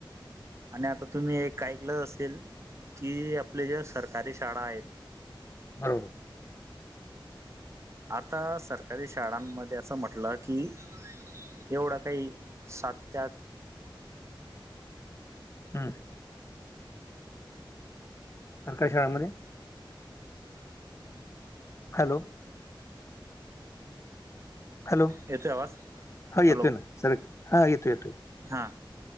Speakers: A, on the right; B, on the left.
A: आणि आता तुम्ही एक ऐकलं असेल की आपले जे सरकारी शाळा आहेत.
B: बरोबर
A: आता सरकारी शाळांमध्ये असं म्हटलं की एवढा काही सात ते आठ
B: हा सरकारी शाळांमध्ये हॅलो हॅलो
A: येतोय आवाज
B: हो येतोय
A: हॅलो
B: ना सर हा येतो येतोय
A: हा